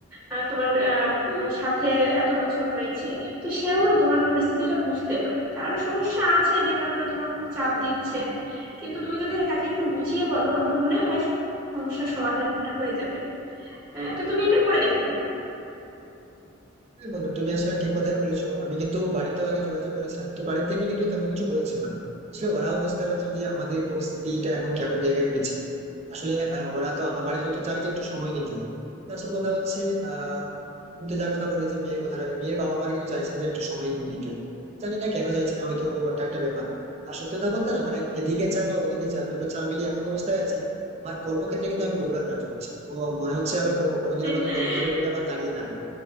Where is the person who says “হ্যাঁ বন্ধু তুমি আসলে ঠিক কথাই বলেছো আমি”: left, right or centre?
Right